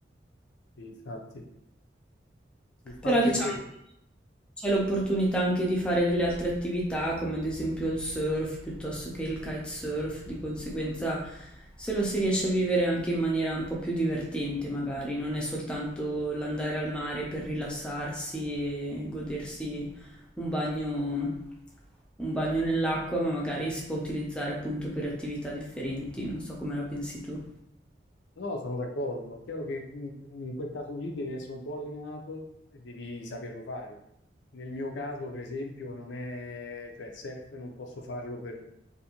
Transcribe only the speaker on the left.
infatti. Infatti
è questo.
No, sono d'accordo. È chiaro che in, in quel caso lì devi essere un po' allenato e devi saperlo fare. Nel mio caso, per esempio, non è, cioè, surf non posso farlo per-